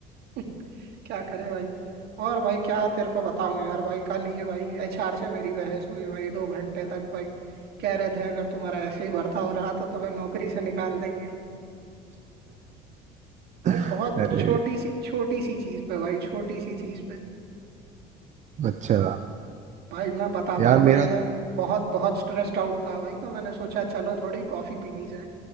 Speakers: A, on the right (about 60°); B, on the right (about 40°).
A: <laughs> क्या करे भाई और भाई क्या तेरे को बताऊं यार भाई कल ही भाई एचआर से मेरी बहस हुई भाई दो घंटे तक भाई कह रहे थे अगर तुम्हारा ऐसे ही भर्ता हो रहा तो तुम्हें नौकरी से निकाल देंगे भाई
B: <laughs>
A: बहुत
B: अरे
A: छोटी सी छोटी सी चीज पे भाई छोटी सी चीज पे
B: अच्छा
A: भाई मैं बताता
B: यार
A: हूँ भाई
B: मेरा
A: मैं
B: तो
A: बहुत बहुत स्ट्रेस्ड आउट था भाई तो मैंने सोचा चलो थोड़ी कॉफी पी ली जाए